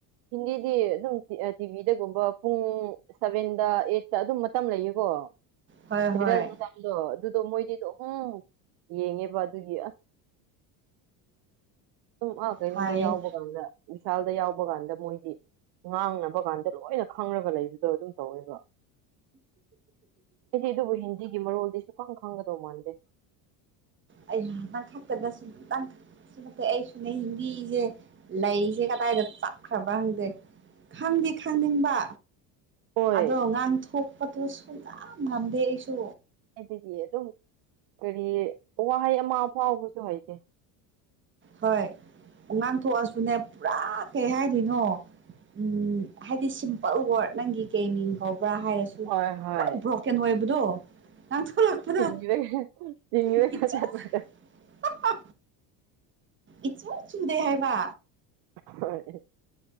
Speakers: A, on the right; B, on the right.
A: ꯍꯤꯟꯗꯤꯗꯤ ꯑꯗꯨꯝ ꯇꯤ ꯚꯤꯗ ꯇꯤꯚꯤꯗꯒꯨꯝꯕ ꯄꯨꯡ ꯁꯚꯦꯟꯗ ꯑꯩꯠꯇ ꯑꯗꯨꯝ ꯃꯇꯝ ꯂꯩꯌꯦꯀꯣ
B: ꯍꯣꯏ
A: ꯁꯦꯔꯦꯜ
B: ꯍꯣꯏ
A: ꯃꯇꯝꯗꯣ ꯑꯗꯨ ꯑꯗꯣ ꯃꯣꯏꯗꯤꯗꯣ ꯑꯍꯨꯝ ꯌꯦꯡꯉꯦꯕ ꯑꯗꯨꯒꯤ ꯑꯁ ꯁꯨꯝ ꯑꯥ ꯀꯩꯅꯣꯗ
B: ꯐꯌꯦ
A: ꯌꯥꯎꯕ ꯀꯥꯟꯗ ꯃꯤꯁꯥꯜꯗ ꯌꯥꯎꯕ ꯀꯥꯟꯗ ꯃꯣꯏꯗꯤ ꯉꯥꯡꯅꯕ ꯀꯥꯟꯗ ꯂꯣꯏꯅ ꯈꯪꯔꯒ ꯂꯩꯕꯗꯣ ꯑꯗꯨꯝ ꯇꯧꯋꯦꯕ ꯑꯩꯗꯤ ꯑꯗꯨꯕꯨ ꯍꯤꯟꯗꯤꯒꯤ ꯃꯔꯣꯜꯗꯤ ꯁꯨꯈꯪ ꯈꯪꯒꯗꯧ ꯃꯥꯟꯗꯦ
B: ꯑꯩ ꯍ ꯅꯪ ꯈꯛꯇꯁꯨ ꯅꯪ ꯈꯛꯇꯁꯨ ꯅꯠꯇꯦ ꯑꯩꯁꯨꯅꯦ ꯍꯤꯟꯗꯤꯁꯦ ꯂꯩꯒꯦꯔꯥ ꯀꯗꯥꯥꯏꯗ ꯆꯞꯈ꯭ꯔꯕ ꯍꯪꯗꯦ ꯈꯪꯗꯤ ꯈꯪꯅꯤꯡꯕ
A: ꯍꯣꯏ
B: ꯑꯗꯣ ꯉꯥꯡ ꯊꯣꯛꯄꯗꯨ ꯁꯨꯡ ꯉꯝ ꯉꯝꯗꯦ ꯑꯩꯁꯨ
A: ꯀꯥꯢꯗꯒꯤ ꯑꯗꯨꯝ ꯀꯔꯤ ꯋꯥꯍꯩ ꯑꯃ ꯐꯥꯎꯕꯁꯨ ꯍꯩꯇꯦ
B: ꯍꯣꯏ ꯎ ꯉꯥꯡ ꯊꯣꯛꯑꯁꯨꯅꯦ ꯄꯨꯔꯥ ꯀꯩ ꯍꯥꯏꯗꯣꯏꯅꯣ ꯎꯝ ꯍꯥꯏꯗꯤ ꯁꯤꯝꯄꯜ ꯋꯥꯔꯗ ꯅꯪꯒꯤ ꯀꯩ ꯃꯤꯡ ꯀꯧ ꯕ꯭ꯔ ꯍꯥꯏꯔꯁꯨ
A: ꯍꯣꯏ ꯍꯣꯏ
B: ꯄꯨꯔꯥ ꯕ꯭ꯔꯣꯀꯟ ꯑꯣꯏꯕꯗꯣ ꯉꯥꯡꯊꯣꯔꯛꯄꯗ
A: ꯆꯤꯡꯔꯒ ꯆꯤꯡꯔꯒ
B: ꯢ ꯢꯆꯨ
A: ꯆꯠꯄ
B: ꯍꯥ ꯍꯥ ꯏꯆꯨꯝ ꯆꯨꯝꯗꯦ ꯍꯥꯏꯕ
A: ꯍꯣꯢ